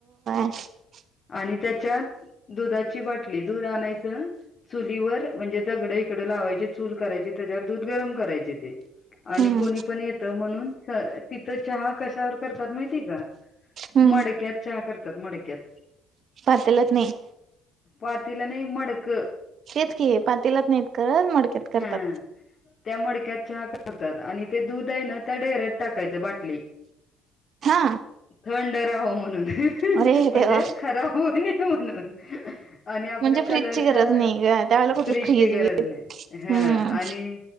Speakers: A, on the right; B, on the left.
A: <unintelligible>
B: आणि त्याच्यात दुधाची बाटली दूध आणायचं चुल्हीवर म्हणजे दगडं इकडं लावायचे चूल करायची त्याच्यावर दूध गरम करायचे ते आणि
A: हम्म
B: कोणी पण येतं म्हणून तिथं चहा कशावर करतात माहिती का?
A: हम्म
B: मडक्यात चहा करतात मडक्यात.
A: पातलात नाही.
B: पातीले नाही माडकं
A: तेच की पातेलात नाहीत करत मडक्यात करतात.
B: हा त्या मडक्यात चहा करतात आणि ते दूध आहे ना त्या डेरेक्ट टाकायचा बाटली
A: हा
B: थंड राहो म्हणून म्हणजे
A: अरे देवा
B: खराब होऊ नी म्हणून आणि आपल्या
A: म्हणजे
B: कलरच्या
A: फ्रीजची गरज नाही ग त्यावेळेला कुठलं
B: फ्रीजची
A: फ्रीज
B: गरज
A: बीज
B: नाही हा
A: हम्म
B: आणि